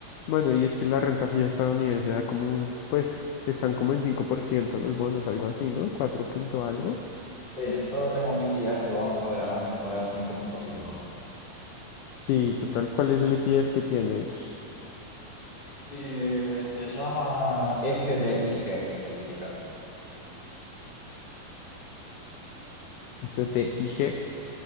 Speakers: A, on the left; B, on the left.
A: Bueno, y es que la renta fija estadounidense da como, pues, están como en 5% los bonos, algo así, ¿no? cuatro punto algo.
B: Sí, yo tengo un ETF de bonos soberanos que me paga el cinco punto cinco
A: Sí, total, ¿cuál es el ETF que tienes?
B: Eh, se llama S D I G el ticker.
A: Ese es el de IG.